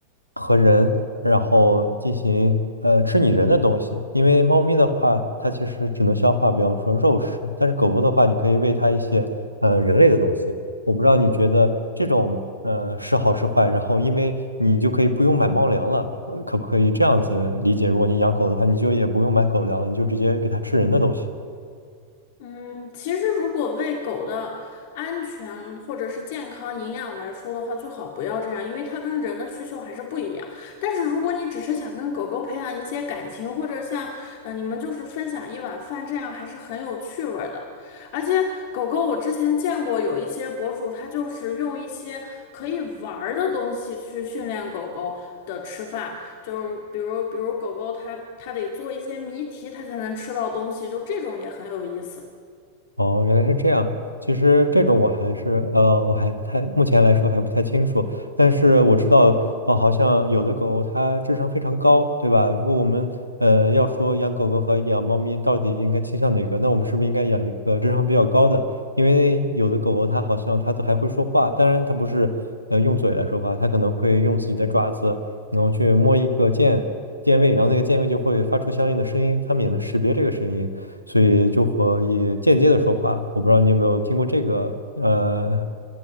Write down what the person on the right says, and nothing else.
和人，然后进行，呃，吃你人的东西。因为猫咪的话，它其实只能消化，比方说肉食，但是狗狗的话，你可以喂它一些，呃，人类的东西。我不知道你觉得这种呃是好是坏，然后因为你就可以不用买猫粮了，呃可不可以这样子理解？如果你养狗的话，你就也不用买狗粮了，你就直接给它吃人的东西。
哦，原来是这样。其实这种我还是呃，我还不太，目前来说还不太清楚。但是我知道，哦，好像有的狗它智商非常高，对吧？如果我们呃要说养狗狗和养猫咪到底应该倾向哪个，那我们是不是应该养一个智商比较高的？因为有的狗狗它好像它都还会说话，当然它不是呃用嘴来说话，它可能会用自己的爪子，然后去摸一个键键位，然后那个键位就会发出相应的声音，它们也能识别这个声音。所以就可以间接的说话。我不知道你有没有听过这个呃